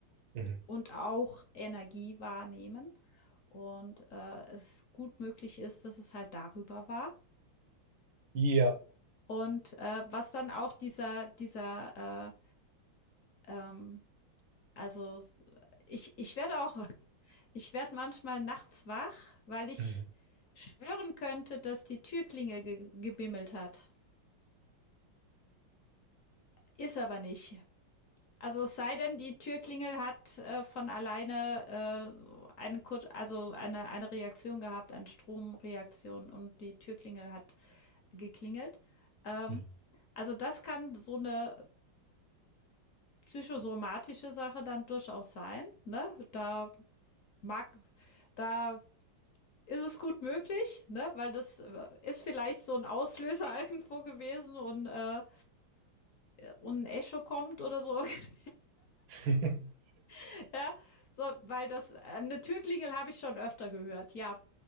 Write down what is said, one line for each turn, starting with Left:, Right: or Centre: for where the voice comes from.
Right: Mhm.
Left: und auch Energie wahrnehmen. Und äh, es gut möglich ist, dass es halt darüber war.
Right: Ja.
Left: Und äh, was dann auch dieser, dieser, äh, ähm, also ich, ich werde auch, ich werde manchmal nachts wach, weil ich
Right: Mhm.
Left: schwören könnte, dass die Türklinge ge gebimmelt hat. Ist aber nicht. Also es sei denn, die Türklingel hat äh, von alleine äh, eine, Kur also eine, eine Reaktion gehabt, eine Stromreaktion und die Türklingel hat geklingelt. Ähm,
Right: Mhm.
Left: also das kann so eine psychosomatische Sache dann durchaus sein. Ne? Da mag, da ist es gut möglich, ne? weil das äh, ist vielleicht so ein Auslöser <laughs> irgendwo gewesen und, äh, und ein Echo kommt oder so <laughs>
Right: Mhm,
Left: <laughs> Ja, so, weil das, eine Türklingel habe ich schon öfter gehört, ja.